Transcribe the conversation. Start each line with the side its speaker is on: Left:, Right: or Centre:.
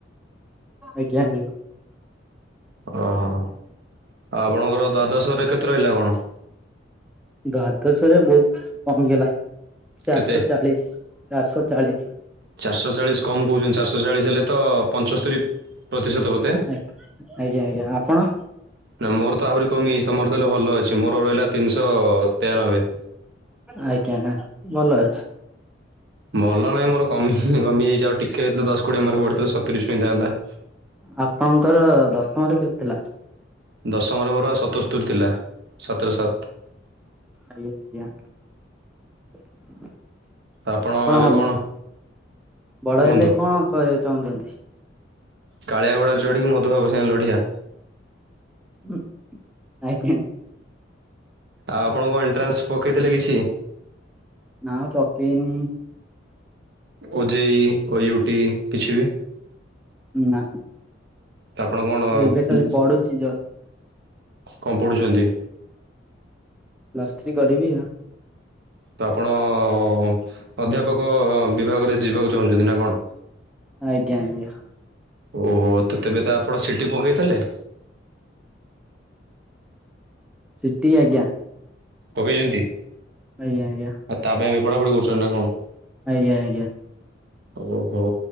Centre: ଆଜ୍ଞା ବ।
Right: ଓହୋ ଆଉ ଆପଣଙ୍କର ଦ୍ୱାଦଶରରେ କେତେ ରହିଲା କଣ?
Centre: ଦାଦଶ ରେ ବହୁତ କମିଗଲା ଚାରିଶହ
Right: କେତେ
Centre: ଚାଳିଶ ଚାରିଶହ ଚାଳିଶ।
Right: ଚାରିଶହ ଚାଳିଶ କମ କହୁଛନ୍ତି ଚାରିଶହ ଚାଳିଶ ହେଲେ ତ ପଞ୍ଚସ୍ତରି ପ୍ରତିଶତ ବୋଧେ।
Centre: ଆ-ଆଜ୍ଞା ଆଜ୍ଞା ଆପଣ?
Right: ନା ମୋର ତ ଆହୁରି କମିଯାଇଛି ତମର ତାହଲେ ଭଲ ଅଛି ମୋର ରହିଲା ତିନିଶ ତେୟାନବେ।
Centre: ଆଜ୍ଞା ଭଲ ଅଛି।
Right: ଭଲ ନାଇଁ ମୋର କମି ଇଁ କମିଯାଇଛି ଆଉ ଟିକେ ଦ-ଦଶ କୋଡିଏ ମାର୍କ ବଢିଥିଲେ ସତୁରୀ ଛୁଇଁଥାନ୍ତା।
Centre: ଆପଣଙ୍କର ଦଶମରେ କେତେ ଥିଲା?
Right: ଦଶମରେ ମୋର ସତସ୍ତୁରି ଥିଲା ସାତରେ ସାତ୍।
Centre: ଆଜ୍ଞା ଆଜ୍ଞା। ଆପଣ
Right: ଆପଣ ଏବେ କଣ
Centre: ବଡ
Right: କୁହନ୍ତୁ
Centre: ହେଲେ କଣ କରିବାକୁ ଚାହୁଁଚନ୍ତି?
Right: କାଳିଆ ଘୋଡାରେ ଚଢିକି ମଧୁବାବୁ ସାଙ୍ଗେ ଲଢିଆ।
Centre: ହୁଁ ଆଜ୍ଞା।
Right: ଆଉ ଆପଣ କଣ ଏଣ୍ଟ୍ରାନ୍ସ ପକେଇଥିଲେ କିଛି?
Centre: ନା ପକେଇନି।
Right: ଓ ଜେ ଇ ଓ ୟୁ ଟି କିଛି ବି?
Centre: ନା
Right: ତ ଆପଣ କଣ ଉ
Centre: ଏବେ ଖାଲି ପଢୁଛି ଯ
Right: କଣ ପଢୁଚନ୍ତି?
Centre: ପ୍ଲସ ଥ୍ରୀ କରିବି ଆଉ।
Right: ତ ଆପଣ ଅଁ ଅଧ୍ୟାପକ ବିଭାଗରେ ଯିବାକୁ ଚାହୁଁଚନ୍ତି ନା କଣ?
Centre: ଆଜ୍ଞା ଆଜ୍ଞା।
Right: ଓହୋ ତ ତେବେ ତ ଆପଣ ସି ଟି ପକେଇଥିଲେ?
Centre: ସି ଟି ଆଜ୍ଞା।
Right: ପକେଇଚନ୍ତି?
Centre: ଆଜ୍ଞା ଆଜ୍ଞା।
Right: ଆଉ ତା ପାଇଁ ଏବେ ପଢା ପଢି କରୁଚନ୍ତି ନା କଣ?
Centre: ଆଜ୍ଞା ଆଜ୍ଞା।
Right: ଓହୋ।